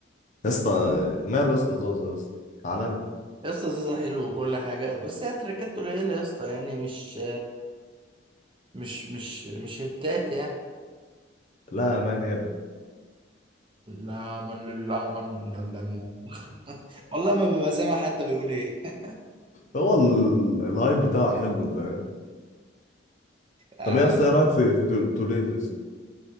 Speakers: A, on the left; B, on the right.
A: يا اسطى ماله يا اسطى زازا يا اسطى عالمي
B: يا اسطى زازا حلو وكل حاجه بس هي تراكات قليله يا اسطى يعني مش مش مش مش هتات يعني
A: لا يا مان يا ابني
B: لا من لله من لا لا لا. والله ما ببقى سامع حتى بيقول ايه <laughs>
A: هو ال- الهايب بتاعه حلو فاهم
B: آه،
A: طب ايه اصلا ايه رايك في في تول- توليت يا اسطى